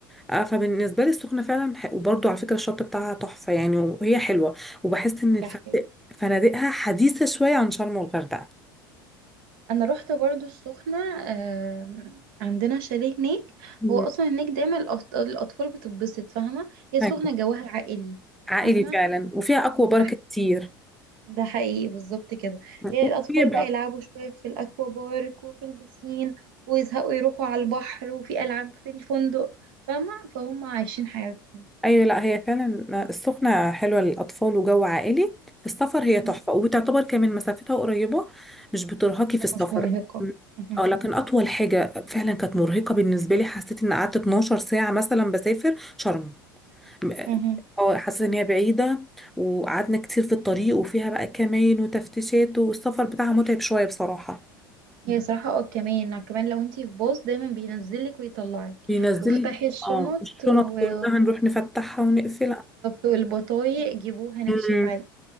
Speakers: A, in the centre; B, on the right.
A: آه فبالنسبه لي السخنه فعلا ح- وبرضو على فكره الشط بتاعها تحفه يعني وهي حلوه وبحس ان الفنادق
B: ده حقيقي
A: فنادقها حديثه شويه عن شرم والغردقه
B: انا رحت برضو السخنة آم، عندنا شاليه هناك
A: مم.
B: هو اصلا هناك دايما الأط- الاطفال بتتبسط فاهمة هي السخنة
A: ايوه
B: جواها عائلي
A: عائلي
B: فاهمة
A: فعلا وفيها اكوا بارك
B: ده
A: كتير
B: ده حقيقي بالظبط كده هي
A: وقريبه
B: الاطفال بقى يلعبوا شوية في الاكوا بارك وفي البسين ويزهقوا يروحوا على البحر وفي العاب في الفندق فاهمة فهم عايشين حياتهم
A: ايوه لا هي فعلا السخنه حلوه للاطفال وجو عائلي في السفر هي
B: مهم.
A: تحفه وبتعتبر كمان مسافتها قريبه مش بترهقي في السفر
B: مش مرهقة مهم.
A: اه لكن اطول حاجه فعلا كانت مرهقه بالنسبه لي حسيت ان قعدت 12 ساعه مثلا بسافر شرم م-
B: مهم.
A: اه حسيت ان هي بعيده وقعدنا كتير في الطريق وفيها بقى كمان وتفتيشات والسفر بتاعها متعب شويه بصراحه
B: هي صراحة اه كمان كمان لو انتي في باص دايما بينزلك ويطلعك
A: بينزل
B: وافتحي الشنط
A: اه الشنط
B: وبالظبط
A: كلها نروح نفتحها ونقفلها
B: والبطايق جيبوها نكشف
A: مم.
B: عن